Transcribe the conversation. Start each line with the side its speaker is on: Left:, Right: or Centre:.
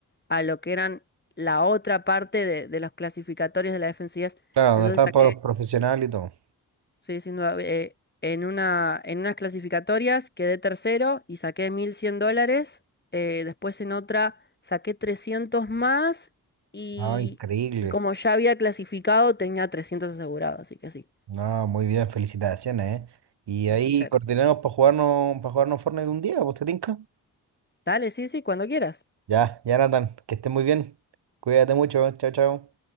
Left: a lo que eran la otra parte de, de los clasificatorios de la FNCS.
Right: Claro,
Left: Entonces
Right: donde estaban
Left: saqué,
Right: todos los profesionales y todo.
Left: estoy diciendo, eh, en una, en unas clasificatorias quedé tercero y saqué 1.100 dólares. Eh, después en otra saqué 300 más y,
Right: Ah, increíble.
Left: y como ya había clasificado tenía 300 asegurados, así que sí.
Right: No, muy bien, felicitaciones, ¿eh? Y
Left: Ah,
Right: ahí
Left: Muchas
Right: coordinamos
Left: gracias.
Right: para jugarnos, para jugarnos Fortnite un día, ¿vos te tinca?
Left: Dale, sí, sí, cuando quieras.
Right: Ya, ya Nathan, que estés muy bien. Cuídate mucho, ¿eh? chao, chao.